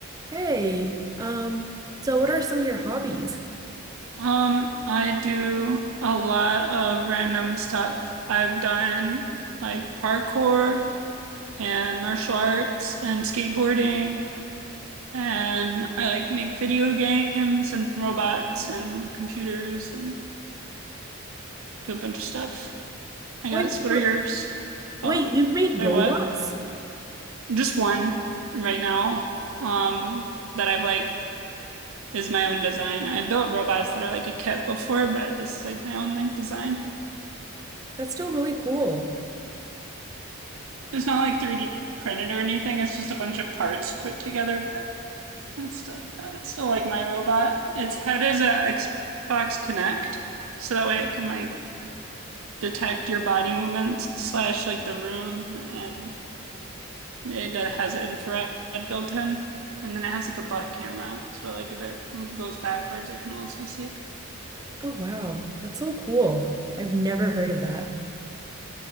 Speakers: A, on the right; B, on the right.
A: Hey, um, so what are some of your hobbies?
B: Um, I do a lot of random stuff. I've done like parkour and martial arts and skateboarding, and I like make video games and robots and computers and do a bunch of stuff, I
A: Wait,
B: guess. What
A: so-
B: are yours?
A: wait,
B: Oh,
A: you've made
B: wait,
A: robots?
B: what? Just one right now. Um, that I've like is my own design. I've built robots that are like a kit before, but this is like my own like design.
A: That's still really cool.
B: It's not like 3D printed or anything. It's just a bunch of parts put together. But it's still, uh, it's still like my robot. Its head is a Xbox Connect, so that way it can like detect your body movements slash like the room, and it uh, has infrared built in. And then it has like a butt camera, so like if it goes backwards, it can also see.
A: Oh wow, that's so cool. I've never heard of that.